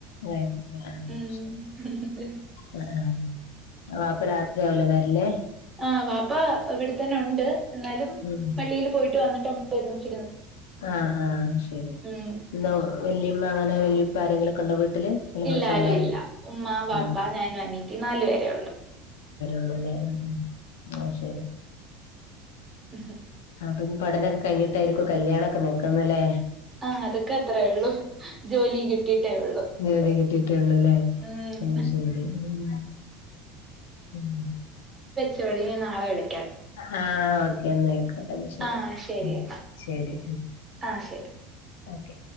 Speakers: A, on the left; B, on the right.
A: ഏ ആഹ്
B: ഉം
A: ശെരി ആ ആ ആ വാപ്പ രാത്രിയാവില്ലെ വരല്
B: ആ വാപ്പ ഇവിടെത്തന്നെ ഉണ്ട് എന്നാലും
A: ഉം
B: പള്ളില് പോയിട്ട് വന്നിട്ടാ നമ്മ ഒരുമിച്ച്
A: ആഹാ ശെരി
B: ഉം
A: എന്തോ വല്യമ്മ അങ്ങനെ വല്യുപ്പ ആരെങ്കിലൊക്ക്ണ്ടോ വീട്ടില് അല്ല നിങ്ങൾ
B: ഇല്ല
A: സ്വന്തമായിട്ട്
B: ആരുല്ല ഉമ്മ വാപ്പ
A: ആഹ്
B: ഞാനും അനീത്തീം നാലുപേരെയുള്ളു
A: ഉള്ളുലെ ഉം-ഉം ആഹ് ശെരി
B: ഉഹ്മ്
A: ആ പിന്ന പഠനൊക്കെ കഴിഞ്ഞിട്ടായിരിക്കോ കല്യാണൊക്കെ നോക്കുന്നല്ലേ
B: ആഹ് അതൊക്കെ അത്രേ ഉള്ളൂ ജോലി കിട്ടിയിട്ടേ ഉള്ളു
A: ജോലി കിട്ടിയിട്ടുള്ളൂല്ലേ
B: ഉം
A: ആഹ് ശെരി ഉം ഉം
B: ശെരിന്നാ നാളെ വിളി
A: ആഹ് ഓക്കെന്ന് അപ്പെന്നാ ശെരി
B: ആഹ് ശരി എന്നാ
A: ശെരി
B: ആഹ് ശരി
A: ഓക്കെ